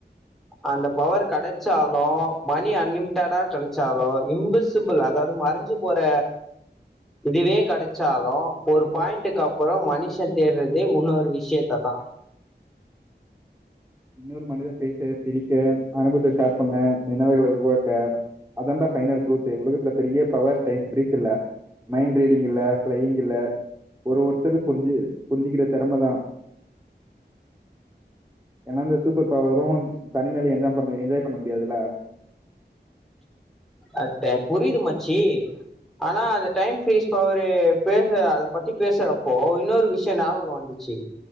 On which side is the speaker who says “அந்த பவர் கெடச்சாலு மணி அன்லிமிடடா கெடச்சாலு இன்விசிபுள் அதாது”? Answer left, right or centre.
Centre